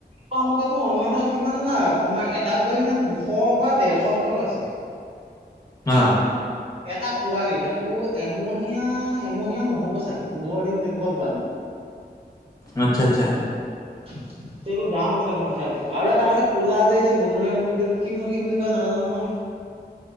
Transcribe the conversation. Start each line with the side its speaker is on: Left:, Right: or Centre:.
Right: তোমাৰ মতেটো অনলাইনত কিমান জানা, তোমাৰ এটা পোৱালিৰ দাম দুশ বা ডেৰশৰ ভিতৰত আছে।
Left: অ'।
Right: এটা পোৱালি, তাকো এমহীয়া, এমহীয়াও নহ'ব চাগে পোন্ধৰ দিন তেনেকুৱা পোৱালি।
Left: আচ্ছা, আচ্ছা।
Right: <inaudible> ত' এইবোৰ দাম আছে মানে তাৰ্কি আৰু এটা আছে ক'লা এই যে বনৰীয়া মুৰ্গীটো এইটো কি মুৰ্গী বুলি কয় নাজানো নহয়!